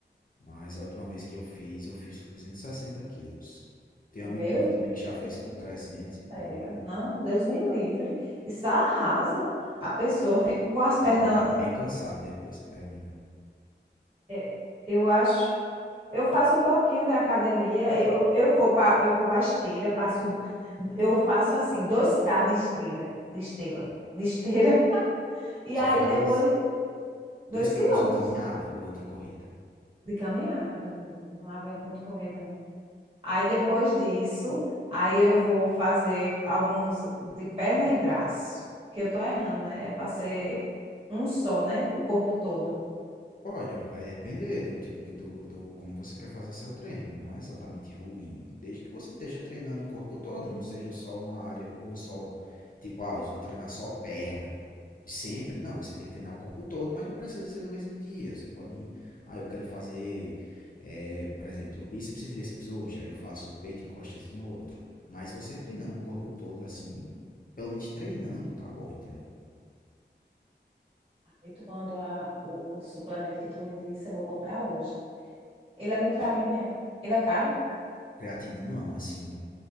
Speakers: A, on the left (about 50°); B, on the right (about 30°).
A: Mas a última vez que eu fiz, eu fiz com 260 quilos. Tem um
B: Meu
A: amigo
B: Deus
A: meu também que já fez com trezentos
B: do
A: e pouco.
B: céu, não, Deus me livre. Isso arrasa. A pessoa fica com as
A: É,
B: pernas,
A: não, eu fico bem cansado depois que termina.
B: é, eu acho, Eu faço um pouquinho da academia, eu, eu vou para eu vou para esteira, passo eu faço assim, dois k de esteira, de esteira,
A: Hum.
B: de esteira, <laughs> e
A: Você
B: aí
A: faz
B: depois
A: 2
B: 2
A: quilômetros
B: quilômetros
A: de caminhada ou de corrida?
B: de caminhada, não não aguento muito correr não. Aí depois disso, aí eu vou fazer alguns de perna e braço, que eu tô errando, né? É para ser um só, né? O corpo todo.
A: Olha, vai depender do tipo que do, do como você quer fazer seu treino. Não é exatamente ruim, desde que você esteja treinando o corpo todo, não seja só uma área ou só tipo, ah, eu vou treinar só perna. Sempre, não, você tem que treinar o corpo todo, mas não precisa ser no mesmo dia. Você pode ir, ah, eu quero fazer, eh, por exemplo, bíceps e tríceps hoje, aí eu faço peito e costas em outro. Mas você treinando o corpo todo assim, pelo menos treinando, tá bom, entendeu?
B: E tomando a, o, o suplemento que tu me disse, eu vou comprar hoje. Ele é muito carinho, é? Ele é caro?
A: Creatina não, assim.